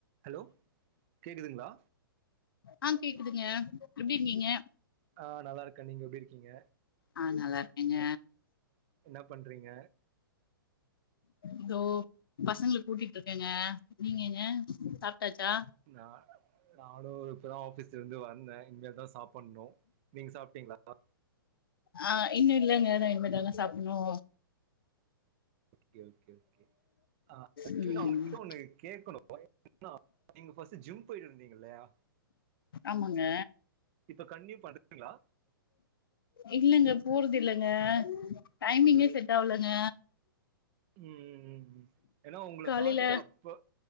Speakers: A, on the right; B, on the left.
A: Hello கேக்குதுங்ளா
B: ஆ கேக்குதுங்க எப்டி இருக்கீங்க
A: ஆ நல்லா இருக்கே நீங்க எப்டி இருக்கீங்க
B: ஆ நல்லா இருக்கேங்க
A: என்னா பண்றீங்க
B: இதோ பசங்களுக்கு ஊட்டிட்டு இருக்கேங்க நீங்கங்க சாப்ட்டாச்சா
A: நா நாலு <unintelligible> பேறும் ஆபீஸ்ல இருந்து வந்தேன் இனமல தா சாப்டணும் நீங்க சாப்ட்டீங்களா பா
B: ஆ இன்னு இல்லங்க இத இனிமேதாங்க சாப்டணு
A: ஓகே ஓகே ஓகே ஆக்சுலி
B: ம்
A: அவங்க உங்க கிட்ட ஒன்னு கேக்கணும் நீங்க ஃபர்ஸ்ட் ஜிம் போயிட்டு இருந்தீங்க இல்லையா
B: ஆமாங்க
A: இப்ப கண்ணிட் பண்ணுங்களா
B: இல்லங்க போறது இல்லைங்க டைமிங்கே செட் ஆகலங்க
A: உம் ஏன்னா உங்களை
B: காலைல
A: பாத்து அப்ப